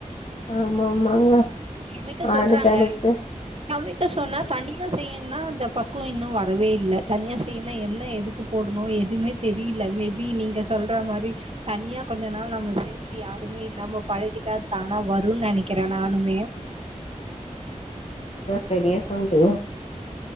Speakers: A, on the left; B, on the right.
A: ஆமா ஆமாங்க
B: மைக்க சொல்றாங்க
A: அடுத்தடுத்து
B: சமைக்க சொன்னா தனி தன செய்யும்னா அந்த பக்குவ இன்னு வரவே இல்ல தனியா செய்யனுன என்ன எதுக்கு போடணு எதுவுமே தெரியல மேபி நீங்க சொல்ற மாரி தனியா கொஞ்ச நாள் நம்ம சேந்து யாருமே இல்லாம பழகிட்டா ஆனா வருன்னு நெனைக்கிறே நானுமே
A: பெரிய சொந்து